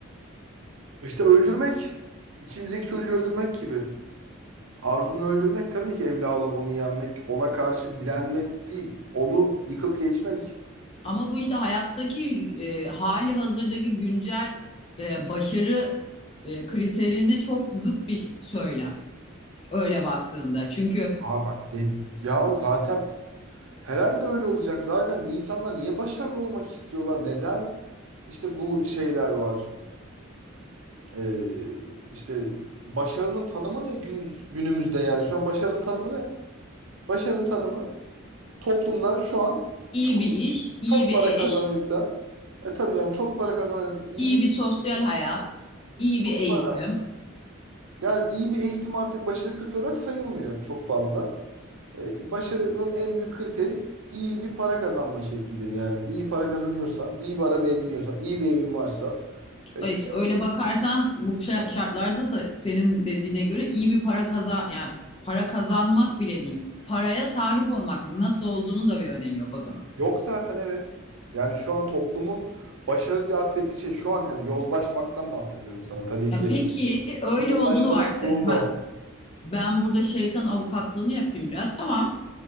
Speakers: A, on the right; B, on the left.
A: işte öldürmek içimizdeki çocuğu öldürmek gibi. Arzunu öldürmek tabii ki evla olan onu yenmek, ona karşı direnmek değil. Onu yıkıp geçmek.
B: Ama bu işte hayattaki e, hali hazırdaki güncel e, başarı e, kriterine çok zıt bir söylem öyle baktığında. Çünkü
A: Aa bak de, ya zaten herhalde öyle olacak. Zaten insanlar niye başarılı olmak istiyorlar? Neden? İşte bu şeyler var. Ee, işte başarının tanımı ne günümüz, günümüzde yani? Şu an başarının tanımı ne? Başarının tanımı toplumda şu an
B: iyi
A: çok
B: bir iş, iyi
A: çok
B: bir
A: para
B: eş,
A: kazanıyorsan e tabii yani çok para kazanan iyi
B: iyi
A: bir
B: bir sosyal hayat, iyi bir eğitim,
A: para. Yani iyi bir eğitim artık başarı kriteri olarak sayılmıyor çok fazla. E, başarının en büyük kriteri iyi bir para kazanma şeklidir. Yani iyi para kazanıyorsan, iyi bir arabaya biniyorsan, iyi bir evin varsa e,
B: Ay,
A: güzel.
B: Öyle bakarsan bu şa- şartlarda sa- senin dediğine göre iyi bir para kaza yani para kazanmak bile değil. Paraya sahip olmak nasıl olduğunun da bir önemi yok o zaman.
A: Yok zaten evet. Yani şu an toplumun başarı diye atfettiği şey şu an yani yozlaşmaktan bahsediyorum sana tabii ki.
B: Ya peki öyle
A: Yozlaşmanın
B: olduğunu varsayalım
A: sonunda.
B: ben. Ben burada şeytan avukatlığını yapayım biraz. Tamam.